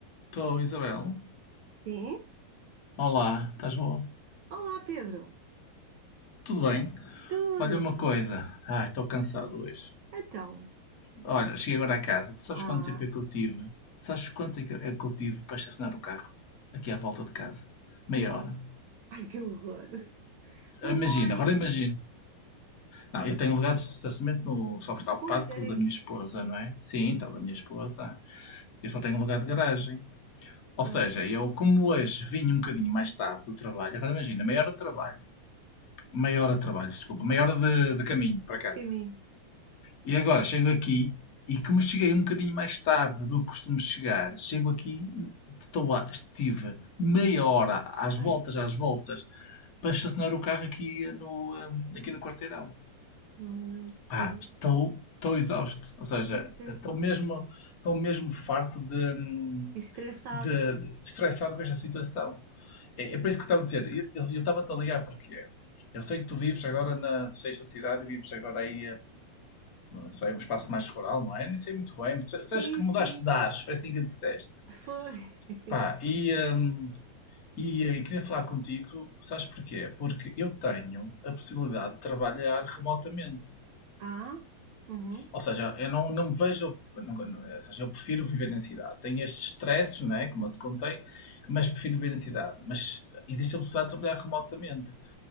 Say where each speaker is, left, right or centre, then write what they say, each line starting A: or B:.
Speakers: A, on the left; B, on the right.
A: Estou, Isabel.
B: Sim?
A: Olá, estás bom?
B: Olá, Pedro.
A: Tudo bem?
B: Tudo?
A: Olha uma coisa. Ai, estou cansado hoje.
B: Então.
A: Olha, cheguei agora a casa. Tu sabes
B: Ah,
A: quanto tempo é que eu tive? Sabes quanto é que é que eu tive para estacionar o carro? Aqui à volta de casa. Meia
B: não.
A: hora.
B: Ai, que horror. Mas
A: Imagina,
B: não há aí.
A: agora imagino. Não, eu tenho lugar de estacionamento no... só que está ocupado
B: Pois, era
A: com o da minha
B: isso.
A: esposa, não é? Sim,
B: Sim,
A: está o da minha esposa. Eu só tenho um lugar de garagem. Ou
B: pois.
A: seja, eu, como hoje vim um bocadinho mais tarde do trabalho, agora imagina, meia hora de trabalho. Meia hora de trabalho, desculpa. Meia hora de, de caminho para casa.
B: Toquei em mim.
A: E agora chego aqui e como cheguei um bocadinho mais tarde do que costumo chegar, chego aqui, estou a, estive meia hora às
B: Ai,
A: voltas, às voltas, para estacionar o carro aqui no, hum, aqui no quarteirão.
B: oh, meu
A: Pá,
B: Deus.
A: estou, estou exausto. Ou seja,
B: Pois é.
A: estou mesmo, estou mesmo farto de, hum,
B: Estressado.
A: de estressado com esta situação. É, é por isso que eu estava a dizer, eu eu- eu estava-te a ligar porque eu sei que tu vives agora na sexta cidade e vives agora aí só é um espaço mais rural, não é? Nem sei muito bem, mas tu sabes
B: Sim,
A: que mudaste
B: sim,
A: de ares, foi assim que disseste.
B: foi. <laughs>
A: Pá, e, hum, e, eh, e queria falar contigo, sabes porquê? Porque eu tenho a possibilidade de trabalhar remotamente.
B: Ah, uhum.
A: Ou seja, eu não, não me vejo, não- não- ou seja, eu prefiro viver na cidade. Tenho estes estresses, não é? Como eu te contei, mas prefiro viver na cidade. Mas existe a possibilidade de trabalhar remotamente.